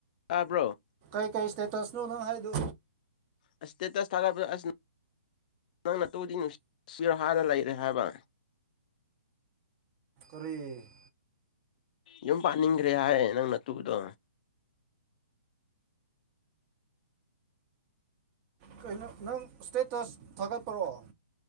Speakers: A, on the left; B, on the right.
A: ꯇꯥꯕ꯭ꯔꯣ
B: ꯀ ꯁꯇꯦꯇꯁ ꯅ ꯅꯪ ꯍꯥꯏꯗꯨ
A: ꯑꯁ ꯏꯁꯇꯦꯇꯁ ꯊꯥꯒꯠꯄ ꯑꯁ ꯅꯪꯅ ꯇꯧꯗꯤ ꯍꯥꯟꯔ ꯂꯩꯔꯦ ꯍꯥꯏꯕ
B: ꯇꯦ
A: ꯌꯨꯝ ꯄꯥꯅꯤꯡꯈ꯭ꯔꯦ ꯍꯥꯏ ꯅꯪꯅ ꯇꯨꯗꯣ
B: ꯀꯩꯅꯣ ꯅꯪ ꯁ꯭ꯇꯦꯇꯁ ꯊꯥꯒꯠꯄꯔꯛꯣ